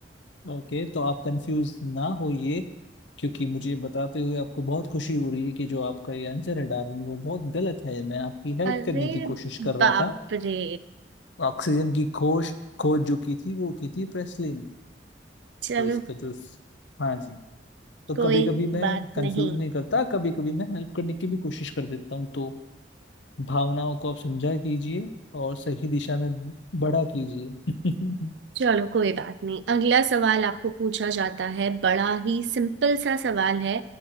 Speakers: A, on the left; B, on the right.
A: ओके तो आप कंफ्यूज ना होइए क्योंकि मुझे बताते हुए आपको बहुत खुशी हो रही है कि जो आपका ये आंसर है डार्विन वो बहुत गलत है मैं आपकी हेल्प
B: अरे
A: करने की कोशिश कर रहा
B: बाप
A: था
B: रे
A: ऑक्सीजन की खोज खोज जो की थी वो की थी प्रेस्ली ने
B: चलो
A: तो इसका जो हाँ जी तो
B: कोई
A: कभी कभी मैं
B: बात
A: कंफ्यूज
B: नहीं
A: नहीं करता कभी कभी मैं हेल्प करने की भी कोशिश कर देता हूँ तो भावनाओं को आप समझा कीजिए और सही दिशा में बड़ा कीजिए <laughs>
B: चलो कोई बात नहीं अगला सवाल आपको पूछा जाता है बड़ा ही सिंपल सा सवाल है